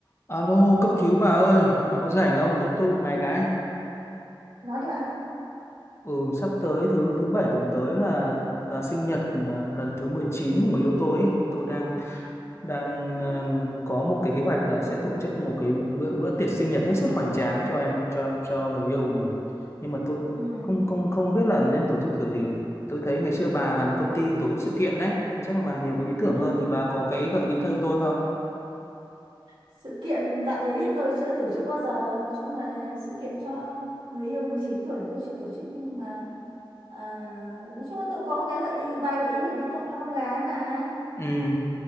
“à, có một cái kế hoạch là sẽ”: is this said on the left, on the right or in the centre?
Left